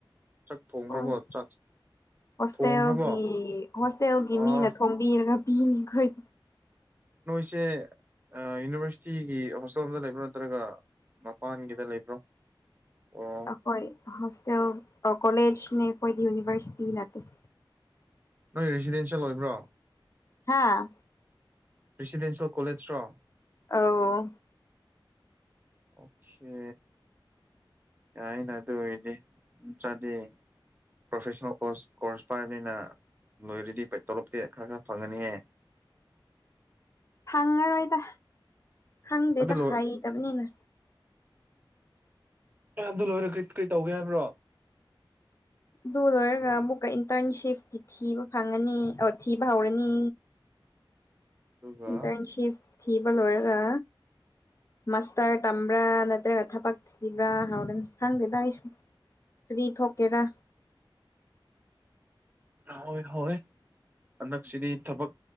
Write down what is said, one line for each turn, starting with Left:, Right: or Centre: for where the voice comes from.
Right: ꯆꯥꯛ ꯊꯣꯡꯈ꯭ꯔꯕꯣ
Left: ꯍꯣꯏ
Right: ꯆꯥꯛ
Left: ꯍꯣꯁꯇꯦꯜꯒꯤ
Right: ꯊꯣꯡꯈ꯭ꯔꯕꯣ
Left: ꯍꯣꯁꯇꯦꯜꯒꯤ
Right: ꯑꯣ
Left: ꯃꯤꯅ ꯊꯣꯡ ꯕꯤꯔꯒ ꯄꯤꯅꯤꯈꯣꯏ
Right: ꯅꯣꯏꯁꯦ ꯌꯨꯅꯤꯚꯔꯁꯤꯇꯤꯒꯤ ꯍꯣꯁꯇꯦꯜꯗ ꯂꯩꯕ꯭ꯔꯥ ꯅꯠꯇ꯭ꯔꯒ ꯃꯄꯥꯟꯒꯤꯗ ꯂꯩꯕ꯭ꯔꯣ ꯑꯣ
Left: ꯍꯣꯏ ꯍꯣꯁꯇꯦꯜ ꯀꯣꯂꯦꯖꯅꯦ ꯑꯩꯈꯣꯏꯗꯤ ꯌꯨꯅꯤꯚꯔꯁꯤꯇꯤ ꯅꯠꯇꯦ
Right: ꯅꯣꯏ ꯔꯦꯁꯤꯗꯦꯟꯁꯤꯌꯦꯜ ꯑꯣꯏꯕ꯭ꯔꯣ
Left: ꯍꯥꯥ
Right: ꯔꯦꯁꯤꯗꯦꯟꯁꯤꯌꯦꯜ ꯀꯣꯂꯦꯖꯔꯣ
Left: ꯑꯥꯑꯣ
Right: ꯑꯣꯈꯦ ꯌꯥꯏꯅ ꯑꯗꯨ ꯑꯣꯏꯔꯗꯤ <unintelligible> ꯆꯥꯗꯦ ꯄ꯭ꯔꯣꯐꯦꯁꯅꯦꯜ ꯀꯣꯔꯁ ꯀꯣꯔꯁ ꯄꯥꯏꯕꯅꯤꯅ ꯂꯣꯏꯔꯗꯤ ꯇꯣꯂꯣꯞꯇꯤ ꯈꯔ ꯈꯔ ꯐꯪꯉꯅꯤꯌꯦ
Left: ꯐꯪꯉꯔꯣꯏꯗ ꯈꯪꯗꯦꯗ
Right: ꯑꯗꯨ ꯂꯣꯏ
Left: ꯍꯩꯇꯕꯅꯤꯅ
Right: ꯑꯦ ꯑꯗꯨ ꯂꯣꯏꯔ ꯀꯔꯤ ꯀꯔꯤ ꯇꯧꯒꯦ ꯍꯥꯏꯕ꯭ꯔꯣ
Left: ꯑꯗꯨ ꯂꯣꯏꯔꯒ ꯑꯃꯨꯛꯀ ꯏꯟꯇꯔꯟꯁꯤꯞꯇꯤ ꯊꯤꯕ ꯐꯪꯉꯅꯤ ꯊꯤꯕ ꯍꯧꯔꯅꯤ
Right: ꯑꯗꯨꯒ
Left: ꯏꯟꯇꯔꯟꯁꯤꯞ ꯊꯤꯕ ꯂꯣꯏꯔꯒ ꯃꯥꯁꯇꯔ ꯇꯝꯕ꯭ꯔꯥ ꯅꯠꯇ꯭ꯔꯒ ꯊꯕꯛ ꯊꯤꯕ꯭ꯔꯥ ꯍꯧꯔꯅꯤ ꯈꯪꯗꯦꯗ ꯑꯩꯁꯨ ꯀꯔꯤ ꯊꯣꯛꯀꯦꯔꯥ
Right: ꯍꯥꯎꯋꯦ ꯍꯥꯎꯋꯦ ꯍꯟꯗꯛꯁꯤꯗꯤ ꯊꯕꯛ